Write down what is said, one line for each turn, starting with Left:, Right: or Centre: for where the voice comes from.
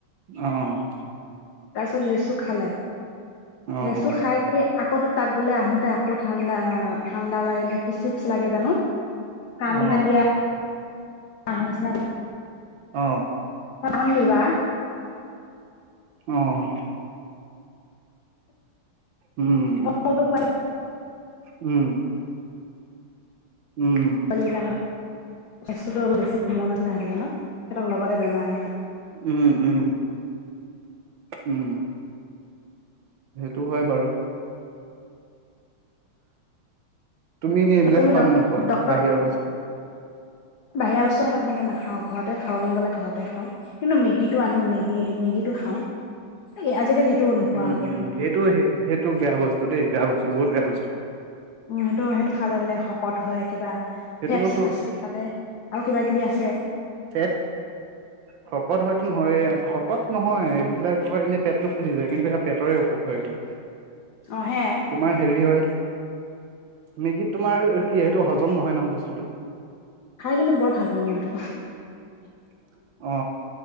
Right: আহ
Left: তাৰপিছত লেচু খালে
Right: অ',
Left: লেচু খাই কৰি আকৌ তাক বোলে আহোতে আকৌ ঠাণ্ডা ঠাণ্ডা লাগে ন কিছি লাগে জানো কান্দি
Right: অ',
Left: কান্দিয়া অছ
Right: অ
Left: চ দিবা
Right: আহ উম
Left: ফলটো খোৱালে
Right: উম উম,
Left: পলিল স্বাস্থ্যতো অলপ বেছি কোমল হৈি ন হৈ থে ন সিহঁতৰ লগতে বেমাৰে হয়
Right: উম উম উম সেইটো হয় বাৰু তুমি এনে এইবিলাক
Left: তুমি
Right: খোৱা নে নোখোৱা
Left: ডক্তৰক
Right: বাহিৰৰ বস্তু
Left: বাহিৰা বস্তুে মই তেনেকে নাখাওঁ ঘৰতে খাবলৈ গ'লে ঘৰত খাওঁ কিন্তু মেগ মেগীটো আনো মেগী মেগী টো খাওঁ এই আজিকালি সেইটো নোখোৱা
Right: উম
Left: হ'লো
Right: উম সেইটো সেইটো বেয়া বস্তু দেই বেয়া বস্তু বহুত বেয়া বস্তু
Left: উ সেইটো সেইটো খালে বোলে শকত হয় কিবা
Right: সেইটো
Left: ফেটচ
Right: বস্তু
Left: আছে তাতে আৰু কিবা কিবি আছে
Right: পেট শকত হয়তো নহয় শকত নহয় এইবিলাক তমাৰ এনেই পেটটো ফুলি যায় কিন্তু সয়া পেটৰে অসুখ হয়গৈ
Left: অ সেয়াই
Right: তোমাৰ হেৰি হয় মেগী তোমাৰ কি সেইটো হজম নহয় নহয় বস্তুটো
Left: খাই কিন্তু বৰ ভাল পাওঁ মই এইটো
Right: <inaudible> অ